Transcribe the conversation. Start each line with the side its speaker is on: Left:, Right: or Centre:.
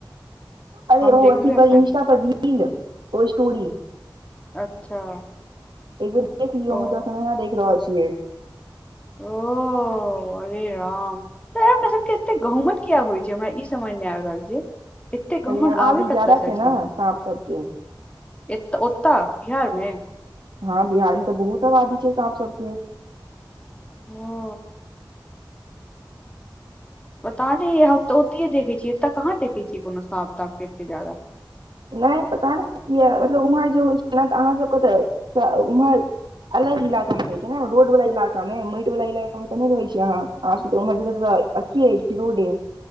Right: अरे-
Left: हम
Right: ओ-
Left: देखबै
Right: अथी
Left: एखन
Right: पर इंस्टा पर रील, ओ स्टोरी
Left: अच्छा
Right: एक बेर देख लियौ हमो
Left: ओ
Right: अखन इहा देख रहल छियै।
Left: ओ अरे राम, तोरा के सबके एते गहुमत किया होइ छै, हमरा ई समझ मे आइब रहल छै। एतेक गहुमन
Right: अरे आबादी
Left: आबय कतयसँ
Right: ज्यादा
Left: छै।
Right: ने साँप सबके
Left: एत ओत बिहारमे
Right: हँ बिहार मे तऽ बहुत आबादी छै साँप सब के।
Left: ओ पता नयि हम तऽ ओतहिए देखै छियै एतऽ कहाँ देखै छियै कोनो सांप तापके एते ज्यादा
Right: नयि पता ने कए मतलब उम्हर जे होइ छै ने तऽ अहाँ सबके तऽ उम्हर अलग इलाका मे रहै छै ने रोड वाला इलाका मे, माईट वला इलाका मे तऽ नयि रहै छी अहाँ। <inaudible> अथिये अयि रोडे